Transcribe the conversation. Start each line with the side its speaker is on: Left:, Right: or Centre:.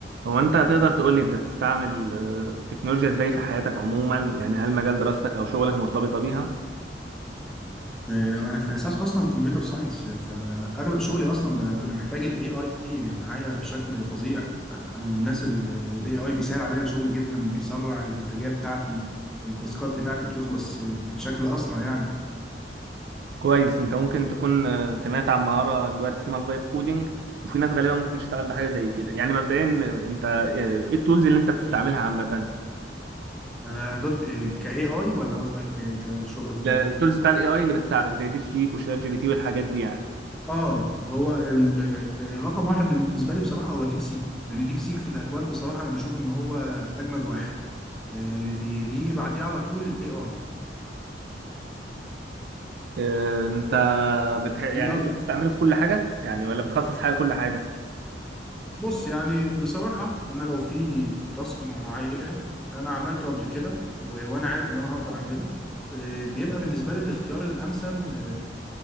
Right: هو انت تقدر تقول لي انت بتستعمل آه، التكنولوجيا ازاي في حياتك عموما يعني هل مجال دراستك او شغلك مرتبطه بيها
Centre: آه، انا في الاساس اصلا كمبيوتر ساينس فاغلب شغلي اصلا ب- ببقى محتاج الاي اي معايا بشكل فظيع فانا من الناس اللي الاي اي بيسهل عليا الشغل جدا بيسرع الانتاجيه بتاعتي التاسكات بتاعتي بتخلص بشكل اسرع يعني
Right: كويس انت ممكن تكون آه، سمعت عن مهاره دلوقتي اسمها الفايب كودينج وفي ناس غالبا ممكن تشتغل بحاجه زي كده يعني مبدئيا آه، انت آه، ايه التولز اللي انت بتستعملها عامه
Centre: انا دوت كاي اي ولا قصدك كالشغل بتاعي
Right: التولز بتاع الاي اي اللي بتساعدك زي ديب سيك وشات جي بي تي والحاجات دي يعني
Centre: اه هو ال- آه، رقم واحد بالنسبه لي بصراحه هو ديب سيك لان ديب سيك في الاكواد بصراحه انا بشوف ان هو اجمد واحد آه، بي- بيجي بعديه على طول الاي اي
Right: آه، انت بتح... يعني
Centre: بيجي قصدي
Right: انت بتستعمله في كل حاجه يعني ولا بتخصص حاجه لكل حاجه
Centre: بص يعني بصراحة أنا لو في تاسك معين أنا عملته قبل كده و- وأنا عارف إن أنا هقدر أعمله آه، بيبقى بالنسبة لي الاختيار الأمثل آه،